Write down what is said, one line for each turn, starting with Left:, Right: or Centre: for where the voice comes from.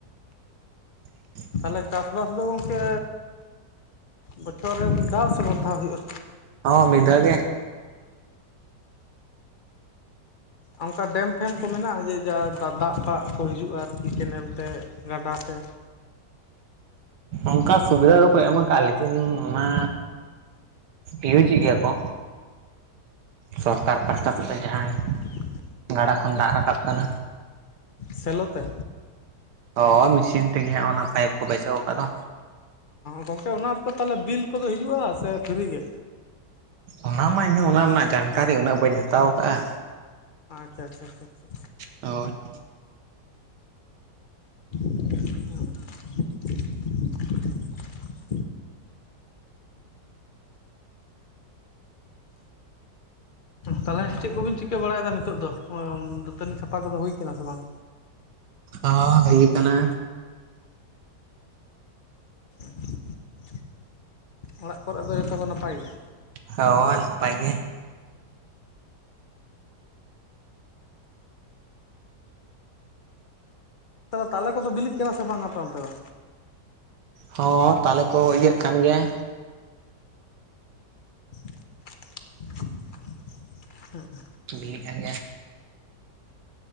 Right: <inaudible>
Left: ᱛᱟᱦᱚᱞᱮ ᱪᱟᱥᱵᱟᱥ ᱫᱚ ᱜᱚᱢᱠᱮ ᱵᱚᱪᱷᱚᱨ ᱨᱮ ᱢᱤᱫ ᱫᱷᱟᱣ ᱥᱮ ᱵᱟᱨ ᱫᱷᱟᱣ ᱦᱩᱭᱩᱜᱼᱟ?
Right: ᱦᱚᱸ ᱢᱤᱫ ᱫᱷᱟᱣ ᱜᱮ
Left: ᱚᱱᱠᱟ ᱰᱮᱢ ᱯᱷᱮᱢ ᱠᱚ ᱢᱮᱱᱟᱜᱼᱟ ᱡᱮ ᱡᱟ ᱫᱟᱜ ᱯᱷᱟᱜ ᱠᱚ ᱦᱤᱡᱩᱜᱼᱟ ᱟᱨᱠᱤ ᱠᱮᱱᱮᱞ ᱛᱮ? ᱜᱟᱰᱟᱛᱮ
Right: ᱚᱱᱠᱟ ᱥᱩᱵᱤᱫᱷᱟ ᱫᱚᱠᱚ ᱮᱢ ᱠᱟᱜᱼᱟ ᱞᱮᱠᱤᱱ ᱚᱱᱟ ᱤᱭᱩᱡᱽ ᱮᱫ ᱜᱮᱭᱟ ᱠᱚ ᱥᱚᱨᱠᱟᱨ ᱯᱟᱥᱴᱟ ᱥᱮᱫ ᱛᱮ ᱡᱟᱦᱟᱸᱭ
Left: <inaudible>
Right: ᱜᱟᱰᱟ ᱠᱷᱚᱱ ᱫᱟᱜ ᱨᱟᱠᱟᱵ ᱠᱟᱱᱟ
Left: ᱥᱮᱞᱳ ᱛᱮ
Right: ᱦᱚ ᱢᱮᱥᱤᱱ ᱛᱮᱜᱮ ᱚᱱᱟ ᱯᱟᱭᱤᱯ ᱠᱚ ᱵᱟᱹᱭᱥᱟᱹᱣ ᱠᱟᱜᱼᱫᱚ
Left: ᱜᱚᱝᱠᱮ ᱚᱱᱟ ᱨᱮᱫᱚ ᱛᱟᱦᱚᱞᱮ ᱵᱤᱞ ᱠᱚᱫᱚ ᱦᱤᱡᱩᱜᱼᱟ ᱥᱮ ᱯᱷᱤᱨᱤ ᱜᱮ?
Right: ᱚᱱᱟᱢᱟ ᱤᱧ ᱦᱚᱸ ᱚᱱᱟ ᱨᱮᱱᱟᱜ ᱡᱟᱱᱠᱟᱨᱤ ᱩᱱᱟᱹᱜ ᱵᱟᱹᱧ ᱦᱟᱛᱟᱣ ᱠᱟᱜᱼᱟ
Left: ᱟᱪᱪᱷᱟ ᱟᱪᱪᱷᱟ ᱟᱪᱪᱷᱟ ᱟᱪᱪᱷᱟ
Right: ᱦᱳᱭ <unintelligible>
Left: ᱟᱨ <unintelligible> ᱛᱟᱦᱚᱞᱮ ᱪᱮᱫ ᱠᱚᱵᱤᱱ ᱪᱤᱠᱟᱹ ᱵᱟᱲᱟᱭᱮᱫᱟ ᱱᱤᱛᱚᱜ ᱫᱚ ᱫᱟᱹᱛᱟᱹᱱᱤ ᱥᱟᱯᱟ ᱠᱚᱫᱚ ᱦᱩᱭ ᱠᱟᱱᱟ ᱥᱮ ᱵᱟᱝ
Right: ᱚᱸ ᱦᱩᱭ ᱠᱟᱱᱟ
Left: ᱟᱨ <inaudible> ᱚᱲᱟᱜ ᱠᱚᱨᱮ ᱫᱚ ᱡᱷᱚᱛᱚ ᱠᱚ ᱱᱟᱯᱟᱭ ᱜᱮᱭᱟ
Right: ᱦᱳᱭ ᱱᱟᱯᱟᱭ ᱜᱮ
Left: ᱛᱟᱞᱮ ᱠᱚᱫᱚ ᱵᱤᱞᱤᱜ ᱠᱟᱱᱟ ᱥᱮ ᱵᱟᱝᱟ ᱟᱯᱮ ᱚᱱᱛᱮ ᱫᱚ
Right: ᱦᱚᱸ ᱛᱟᱦᱚᱞᱮ ᱠᱚ ᱤᱭᱟᱹᱜ ᱠᱟᱱ ᱜᱮᱭᱟ
Left: ᱦ <unintelligible>
Right: ᱵᱤᱞᱤᱜ ᱠᱟᱱ ᱜᱮᱭᱟ